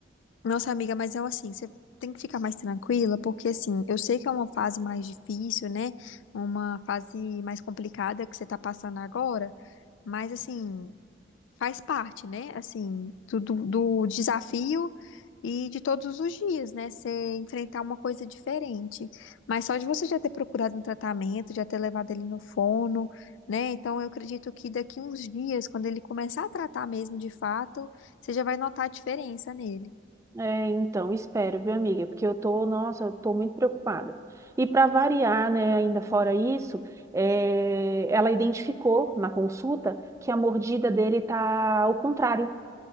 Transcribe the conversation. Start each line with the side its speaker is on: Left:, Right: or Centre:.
Left: Nossa, amiga, mas eu assim, você tem que ficar mais tranquila, porque assim, eu sei que é uma fase mais difícil, né? Uma fase mais complicada que você tá passando agora, mas assim, faz parte, né? Assim, do, do do desafio e de todos os dias, né? Você enfrentar uma coisa diferente. Mas só de você já ter procurado um tratamento, já ter levado ele no fono, né? Então eu acredito que daqui uns dias, quando ele começar a tratar mesmo de fato, você já vai notar a diferença nele.
Right: É, então, espero, viu, amiga? Porque eu tô, nossa, eu tô muito preocupada. E para variar, né, ainda fora isso, é, ela identificou na consulta que a mordida dele tá ao contrário.